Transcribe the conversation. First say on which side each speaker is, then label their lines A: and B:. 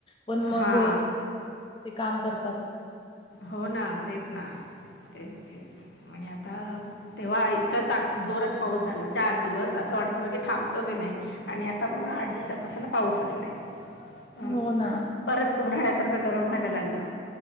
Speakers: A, on the left (about 30°); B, on the left (about 70°).
A: पण मग
B: हां.
A: ते काम करतातच.
B: हो ना. तेच ना. तेच तेच आणि आता. तेव्हा इतका चांग जोरात पाऊस झाला. चार दिवस. असं वाटत होत की, थांबतो की नाही. आणि आता बघा. आठ दिवसापासून पाऊसच नाही. अं,
A: हो ना.
B: परत, उन्हाळ्यासारखं गरम व्हायला लागलं.